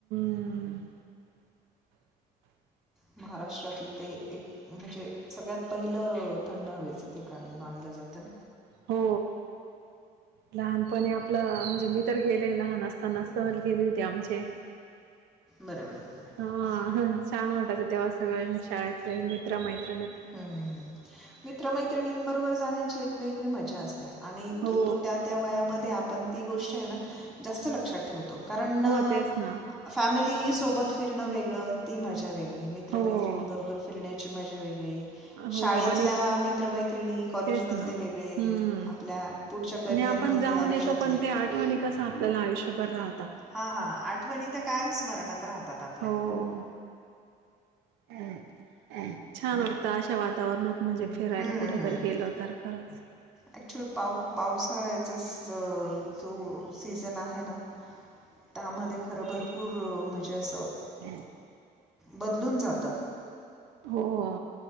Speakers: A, on the right; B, in the centre.
A: हम्म
B: महाराष्ट्रातील ते एक म्हणजे सगळ्यात पहिलं थंड हवेच ठिकाण <unintelligible> जात <unintelligible>
A: हो लहानपणी आपलं म्हणजे मी तर गेले लहान असताना सहल गेली होती आमचे
B: बरोबर बरोबर
A: हा छान वाटायचं तेव्हा सगळे <unintelligible> शाळेतले मित्र मैत्री
B: हम मित्रमैत्रिणींबरोबर जाण्याची एक वेगळी मजा असते आणि
A: हो
B: तो तो त्या त्या वयामध्ये आपण ती गोष्ट आहे ना जास्त लक्षात ठेवतो कारण
A: हो तेच ना
B: फॅमिली सोबत फिरणं वेगळं ती <unintelligible> <unintelligible> मित्रमैत्रिणींबरोबर
A: हो
B: फिरण्याची मजा वेगळी
A: हो
B: शाळेतल्या
A: आणि
B: मित्रमैत्रिणी कॉलेजमधले
A: तेच ना
B: वेगळे
A: हम्
B: आपल्या पुढच्या करिअरमधले
A: आणि आपण जाऊन
B: आयुष्यातले
A: येतो पण ते आठवणी कस आपल्याला आयुष्यभर राह
B: हा हा आठवणी त्या कायम स्मरणात राहतात आपल्या
A: हो छान वाटत अशा वातावरणात म्हणजे फिरायला
B: हम्म,
A: कुठे
B: हम्म, हम्म.
A: तर गेल तर खरंच
B: ॲक्च्युली पाव पावसाळ्याचा जो सीझन आहे ना त्यामध्ये खरं भरपूर म्हणजे असं
A: ह
B: बदलून जात
A: हो हो